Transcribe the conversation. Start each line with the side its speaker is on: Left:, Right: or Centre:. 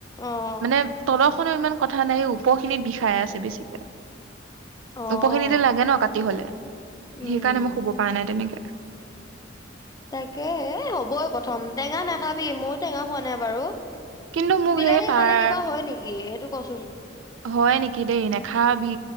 Left: অ'।
Right: মানে তলৰখনো ইমান কথা নাই ওপখিনিত বিষাই আছে বেছিকে
Left: অ',
Right: ওপখিনিটো লাগে ন কাটি হলে
Left: উম।
Right: সেইকাৰণে মই শুব পৰা নাই তেনেক
Left: তাকে এ হ'বই প্ৰথম টেঙা নাখাবি মইও টেঙা খোৱা নাই বাৰু
Right: কিন্তু মোক
Left: বিলাহী
Right: সেই পাৰ
Left: খালে কিবা হয় নেকি সেইটো কচোন
Right: হয় নেকি দেই নাখাবি,